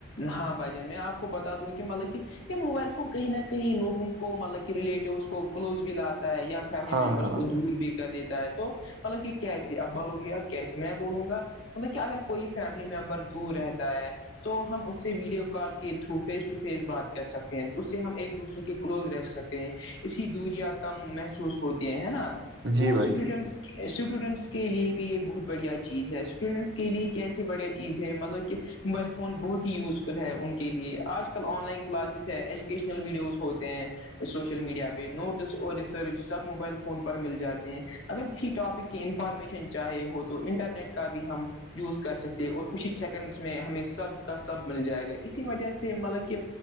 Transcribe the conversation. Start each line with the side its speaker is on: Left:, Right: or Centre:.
Left: ہاں بھائی جان میں آپ کو بتا دوں کہ مطلب کہ موبائل فون کہیں نہ کہیں لوگوہہں کو مطلب کہ ریلیٹو کو کلوز بھی لاتا ہے یا فیملی
Right: ہاں
Left: ممبرس
Right: ہاں
Left: کو دور بھی کر دیتا ہے تو مطلاک کیسے ابالو گی اب کیسے میں بولوں گا مطلب کہ اگر کوئی فیملی ممبر دور رہتا ہے تو ہم اس سے ویڈیو کال کے تھرو فیس ٹو فیس بات کر سکتے ہیں اس سے ہم ایک دوسرے کے کلوز رہ سکتے ہیں اسی دوریا کم محسوس ہوتی ہیں ہے نا
Right: جی
Left: تو اسٹوڈنٹس
Right: بھائی جی
Left: اسٹوڈنٹس کے لیے بھی یہ بہت بڑھیا چیز ہے اسٹوڈنٹس کے لیے کیسیے بڑیا چیزیں ہے مطلب کہ موبائل فون بہت ہی یوزفل ہے ان کے لیے آج کل آن لائن کلاسز ہے ایجوکیشنل ویڈیوز ہوتے ہیں سوشل میڈیا پہ نوٹس اور ریسرچ سب موبائل فون پر مل جاتے ہیں اگر کسی ٹاپک انفارمیشن چاہے ہو تو انٹرنیٹ کا بھی ہم یوز کر سکتے اور کچھ ہی سیکنڈس میں ہمیں سب کا سب مل جائے گا اسی وجہ سے مطلب کہ